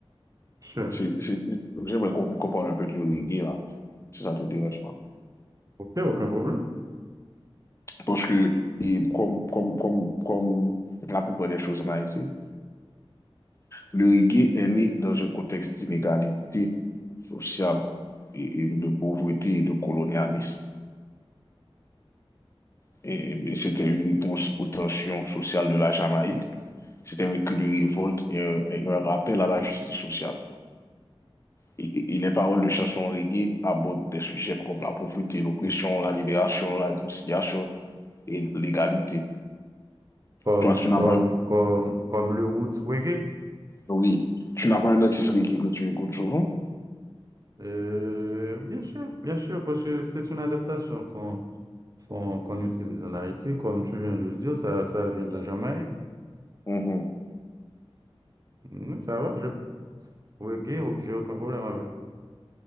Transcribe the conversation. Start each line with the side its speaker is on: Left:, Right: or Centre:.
Right: Bien sûr.
Left: C'est, c'est- j'aimerais qu'on qu'on parle un peu du reggae, là, si ça te dérange pas.
Right: Ok, aucun problème.
Left: Parce que, et comme, comme, comme, comme la plupart des choses en Haïti, le reggae est né dans un contexte d'inégalité sociale et et de pauvreté et de colonialisme. Et mais c'était une réponse aux tensions sociales de la Jamaïque. C'était un cri de révolte et un, et un rappel à la justice sociale. Et, et- et les paroles de chansons reggae abordent des sujets comme la pauvreté, l'oppression, la libération, la réconciliation et l'égalité.
Right: Comme,
Left: Toi, tu n'as
Right: comme,
Left: pas,
Right: comme, comme le roots reggae.
Left: oui, tu n'as pas un artiste reggae que tu écoutes souvent?
Right: Euh, bien sûr, bien sûr, parce que c'est une adaptation qu'on qu'on qu'on utilise en Haïti. Comme tu viens de le dire, ça, ça vient de la Jamaïque.
Left: Mhm.
Right: Mm, ça va, je reggae, ok, ok, j'ai aucun problème avec.